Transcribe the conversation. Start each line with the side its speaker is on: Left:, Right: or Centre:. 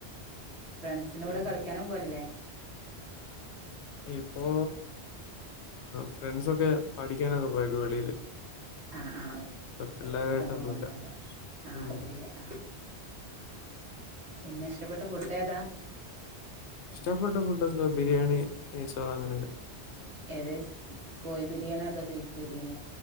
Right: ഫ്രണ്ട്സിന്റെ
Left: പിന്നെ
Right: കൂടെ കളിക്കാനും പോലല്ലേ
Left: ഇപ്പോ ഫ്രണ്ട്സൊക്കെ പഠിക്കാനൊക്കെ പോയക്ക വെളിൽ
Right: ആഹ് ആഹ്
Left: പിള്ളേരായിട്ടൊന്നുമില്ല
Right: അതൊണ്ട് പോണ്ടാവലേ ആഹ്
Left: ഉം
Right: അതല്ലേ ആഹ് പിന്നെ ഇഷ്ടപ്പെട്ട ഫുഡ് ഏതാ
Left: ഇഷ്ടപ്പെട്ട ഫുഡ് എന്തോ ബിരിയാണി നേയ്ച്ചോറ് അങ്ങനെെക്കെ
Right: ഏത് കോയി ബിരിയാണ അത് ബീഫ ബിരിയണിയ